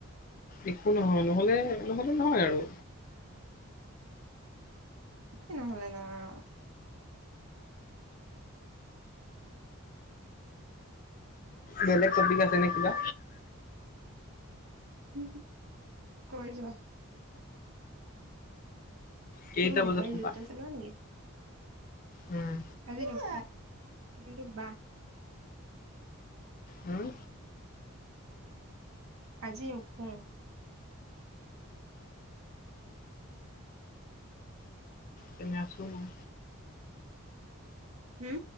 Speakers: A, on the left; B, on the right.
A: একো নহয়, নহ'লে নহ'লে নহয় আৰু।
B: কি নহ'লে নহয় আৰু?
A: বেলেগ টপিক আছে নে কিবা।
B: উম কৈ যোৱা।
A: কেইটা
B: তুমি
A: বজাত
B: মোবাইল
A: শুবা
B: দুটা চলোৱা নেকি?
A: উম
B: আজি নুশুৱা, এইটো বা
A: উম
B: আজি নুশুও।
A: তেনে আছোঁ মই।
B: হুম